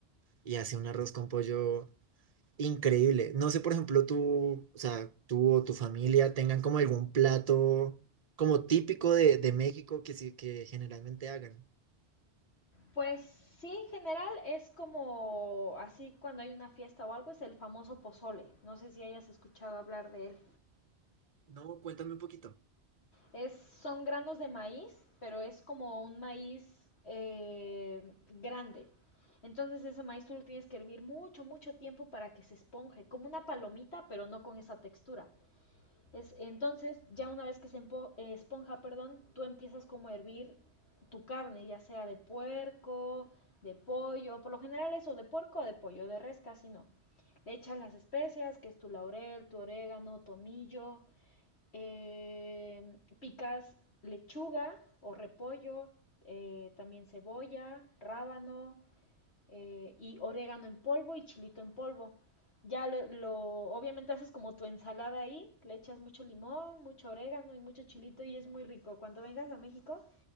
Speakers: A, on the right (about 40°); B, on the left (about 65°).
A: y hace un arroz con pollo increíble. No sé, por ejemplo, tú, o sea, tú o tu familia tengan como algún plato como típico de, de México que sí, que generalmente hagan.
B: Pues sí, en general es como así cuando hay una fiesta o algo, es el famoso pozole. No sé si hayas escuchado hablar de él.
A: No, cuéntame un poquito.
B: Es, son granos de maíz, pero es como un maíz eh, grande. Entonces ese maíz tú lo tienes que hervir mucho, mucho tiempo para que se esponje, como una palomita, pero no con esa textura. Es, entonces, ya una vez que se empo- eh, esponja, perdón, tú empiezas como a hervir tu carne, ya sea de puerco, de pollo, por lo general eso, de puerco o de pollo, de res casi no. Le echas las especias, que es tu laurel, tu orégano, tomillo, eh, picas lechuga o repollo, eh, también cebolla, rábano, eh, y orégano en polvo y chilito en polvo. Ya lo, lo, obviamente haces como tu ensalada ahí, le echas mucho limón, mucho orégano y mucho chilito y es muy rico. Cuando vengas a México,